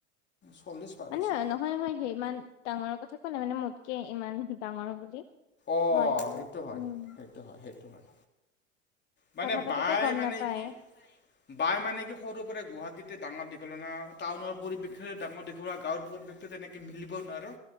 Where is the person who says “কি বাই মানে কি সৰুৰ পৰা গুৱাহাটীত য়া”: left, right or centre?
Left